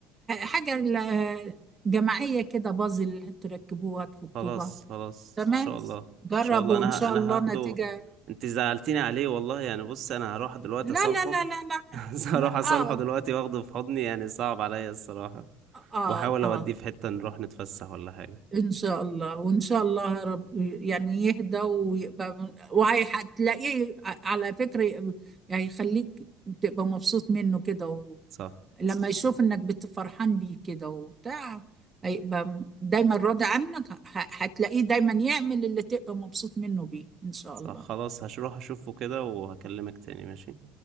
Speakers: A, on the right (about 25°); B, on the right (about 55°).
A: حاجه ل- جماعيه كده بازل تركبوها تفكوها
B: خلاص خلاص
A: تمام
B: ان شاء الله ان
A: جربوا
B: شاء الله انا
A: ان شاء
B: ه- انا
A: الله
B: هاخده
A: نتيجه
B: انت زعلتيني عليه والله يعني بص انا هروح دلوقتي
A: لا
B: اصالحه
A: لا لا لا لا
B: <laughs> هروح
A: لا
B: اصالحه
A: اه
B: دلوقتي واخده في حضني يعني صعب عليا الصراحة
A: اه
B: واحاول
A: اه
B: اوديه في حتة نروح نتفسح ولا حاجة
A: إن شاء الله وإن شاء الله رب يعني يهدى ويبقى وهتلاقيه على فكرة يبقى- يعني يخليك تبقى مبسوط منه كده و...
B: صح
A: لما يشوف إنك بتفرحان بيه كده وبتاع هيبقى م- دايما راضي عنك ه- هتلاقيه دايما يعمل اللي تبقى مبسوط منه بيه إن شاء
B: صح
A: الله
B: خلاص هروح اشوفه كده وهكلمك تاني ماشي